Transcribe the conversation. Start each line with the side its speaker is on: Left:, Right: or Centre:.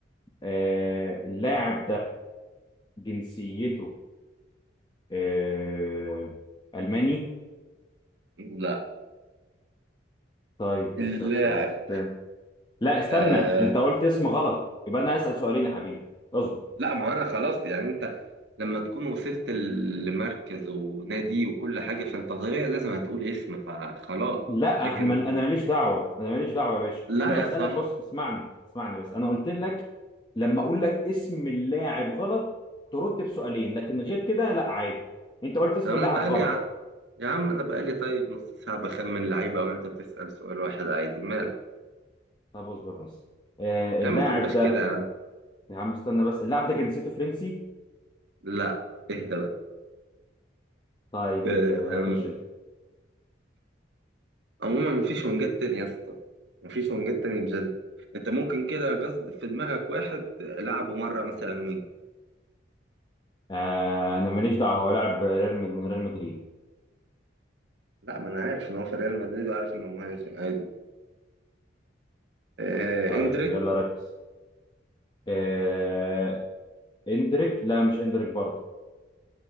Left: آه اللاعب ده جنسيته آه ألماني
Right: لا
Left: طيب
Right: اللاعب
Left: نسأل سؤال تاني لا استنى
Right: آه
Left: انت قلت اسم غلط يبقى انا اسال سؤالين يا حبيبي اصبر
Right: لا ما أنا خلاص يعني أنت لما تكون وصلت لمركز ونادي وكل حاجة فأنت طبيعي لازم هتقول اسم فخلاص
Left: لا
Right: لكن
Left: احنا مل... انا ماليش دعوه انا ماليش دعوه يا باشا
Right: لا
Left: انا بسالك
Right: يا صاحبي
Left: بص اسمعني اسمعني بس انا قلت لك لما اقول لك اسم اللاعب غلط ترد بسؤالين لكن غير كده لا عادي انت قلت اسم
Right: طب أنا
Left: اللاعب
Right: بقالي
Left: غلط
Right: يا عم يا عم أنا بقالي طيب نص ساعة بخمن لعيبة وأنت بتسأل سؤال واحد عادي مال
Left: طب اصبر بس آه اللاعب
Right: يا عم ما تبقاش
Left: ده
Right: كده يا عم
Left: يا عم استنى بس اللاعب ده جنسيته فرنسي
Right: لا اهدى بقى
Left: طيب
Right: آه،
Left: ابدا يا خش انت
Right: عموما مفيش ونجات تاني يا اسطى مفيش ونجات تاني بجد انت ممكن كده قصد في دماغك واحد لعبه مره مثلا وين
Left: آه انا ماليش دعوه هو لاعب ريال من ريال مدريد
Right: لا ما انا عارف ان هو في ريال مدريد وعارف انه مهاجم عادي آه
Left: طيب
Right: اندريك
Left: يلا ركز آه... اندريك لا مش اندريك برضه